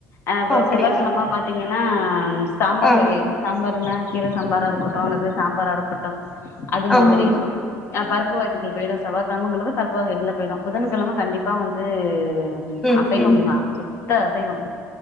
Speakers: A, on the left; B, on the left.
A: அ இப்ப
B: அப்படியா
A: செவ்வாய்கெழம பாத்தீங்கன்னா சாம்பார்
B: ஆ
A: வகை சாம்பார்னா கீர சாம்பாரா இருக்கட்டு அல்லது சாம்பாரா இருக்கட்டும் அது
B: ஆமா
A: மாதிரி
B: ஆமா
A: ஆ பருப்பு வகைகள் பயிட செவ்வாகெலமங்களு அப்போது இதுல போயிடும் புதன்கெழம கண்டிப்பா வந்து அது
B: ம்
A: அ அசைவம்
B: ம்
A: தான் சுத்த அசைவம்